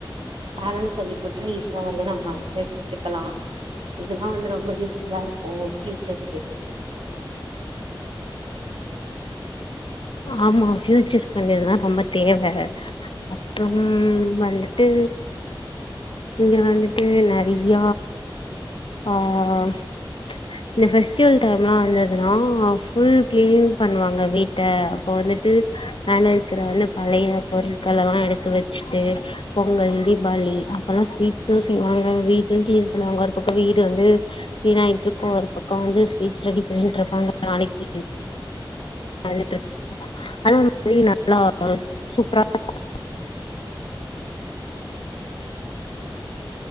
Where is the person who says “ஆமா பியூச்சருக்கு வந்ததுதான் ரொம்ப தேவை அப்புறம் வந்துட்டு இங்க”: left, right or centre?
Left